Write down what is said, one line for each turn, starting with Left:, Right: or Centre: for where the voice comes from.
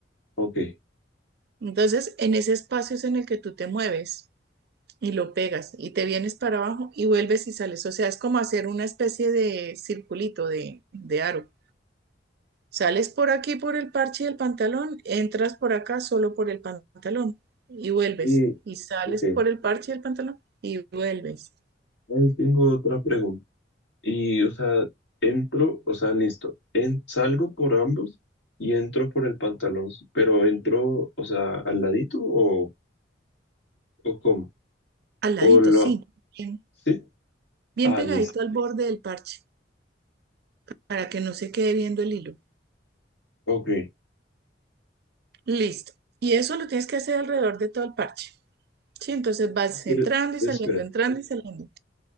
Left: ok.
Right: Entonces, en ese espacio es en el que tú te mueves. y lo pegas y te vienes para abajo y vuelves y sales. O sea, es como hacer una especie de circulito, de, de aro. Sales por aquí por el parche del pantalón, entras por acá solo por el pantalón y vuelves.
Left: Y,
Right: Y sales
Left: ok,
Right: por el parche del pantalón y vuelves.
Left: ahí tengo otra pregunta. Y, o sea, entro, o sea, listo, en, salgo por ambos y entro por el pantalón, pero entro, o sea, al ladito o, o cómo,
Right: Al ladito,
Left: o lo,
Right: sí. Bien,
Left: ¿sí?
Right: bien
Left: Ah,
Right: pegadito
Left: listo,
Right: al borde del parche para que no se quede viendo el hilo.
Left: ok.
Right: Listo. Y eso lo tienes que hacer alrededor de todo el parche. Sí, entonces vas
Left: Pero,
Right: entrando y
Left: espera,
Right: saliendo, entrando y saliendo.